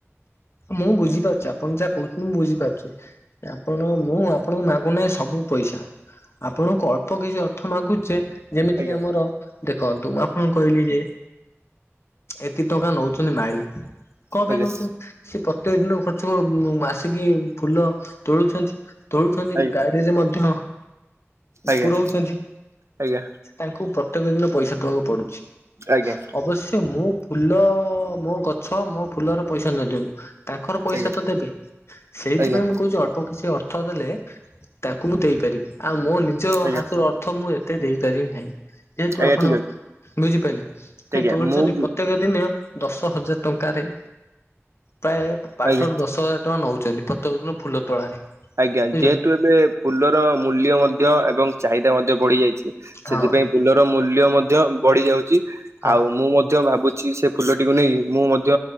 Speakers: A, on the left; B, on the right.
A: ମୁଁ ବୁଝିପାରୁଛି ଆପଣ ଯାହା କହୁଛନ୍ତି ବୁଝିପାରୁଚି ଆ ଆପଣ ମୁଁ ଆପଣଙ୍କୁ ମାଗୁନାଇ ସବୁ ପଇସା ଆପଣଙ୍କୁ ଅଳ୍ପ କିଛି ଅର୍ଥ ମାଗୁଚେ ଯେମିତି
B: ଆଜ୍ଞା
A: କିି ଆମର ଦେଖନ୍ତୁ ମୁଁ ଆପଣଙ୍କୁ କହିଲି ଯେ ଏତେ ଟଙ୍କା ନଉଛନ୍ତି ମାଳି। କଣ ପାଇଁ
B: ଆଜ୍ଞା
A: ନଉଛନ୍ତି? ସେ ପ୍ରତ୍ୟକ ଦିନ ଖର୍ଚ୍ଚ ମୁ ଆସିକି ଫୁଲ ତୋଳୁଛନ୍ତି। ତୋଳୁଛନ୍ତି,
B: ଆଜ୍ଞା
A: ଗାଡିରେ ମଧ୍ୟ
B: ଆଜ୍ଞା
A: ପୁରଉଛନ୍ତି।
B: ଆଜ୍ଞା
A: ତାଙ୍କୁ ପ୍ରତ୍ୟେକ ଦିନ ପଇସା ଦବାକୁ ପଡ଼ୁଛି,
B: ଆଜ୍ଞା
A: ଅବଶ୍ୟ ମୁଁ ଫୁଲ ମୋ ଗଛ ମୋ ଫୁଲର ପଇସା ନ ଦିଅନ୍ତୁ। ତାଙ୍କର ପଇସା
B: ଆଜ୍ଞା
A: ତ ଦେବେ। ସେଇଥିପାଇଁ
B: ଆଜ୍ଞା
A: ମୁଁ କହୁଛି ଅଳ୍ପ କିଛି ଅର୍ଥ ଦେଲେ ତାଙ୍କୁ ମୁଁ ଦେଇପାରିବି। ଆଉ ମୋ ନିଜ
B: ଆଜ୍ଞା
A: ହାତରୁ ଅର୍ଥ ମୁଁ ଏତେ ଦେଇପାରିବି ନାହିଁ। ଯେହେତୁ
B: ଆଜ୍ଞା
A: ଆପଣ
B: ଠିକ ଅଛି
A: ବୁଝିପାଇଲେ। ସେ
B: ଆଜ୍ଞା
A: ତୋଳୁଛନ୍ତି
B: ମୁଁ
A: ପ୍ରତ୍ୟେକ ଦିନ ଦଶ ହଜାର ଟଙ୍କାରେ। ପ୍ରାୟ ପାଠ
B: ଆଜ୍ଞା।
A: ରୁ ଦଶ ହଜାର ଟଙ୍କା ନଉଛନ୍ତି ପ୍ରତ୍ୟେକ ଦିନ ଫୁଲ ତୋଳାରେ।
B: ଆଜ୍ଞା,
A: ବୁଝିଲେ
B: ଯେହେତୁ ଏବେ ଫୁଲର ମୂଲ୍ୟ ମଧ୍ୟ ଏବଂ ଚାହିଦା ମଧ୍ୟ ବଢି ଯାଇଛି।
A: ହଁ
B: ସେଥିପାଇଁ ପୁଲର ମୂଲ୍ୟ ମଧ୍ୟ ବଢି ଯାଉଚି।
A: ହଁ
B: ଆଉ ମୁଁ ମଧ୍ୟ ଭାବୁଛି ସେ ଫୁଲଟିକୁ ନେଇ ମୁଁ ମଧ୍ୟ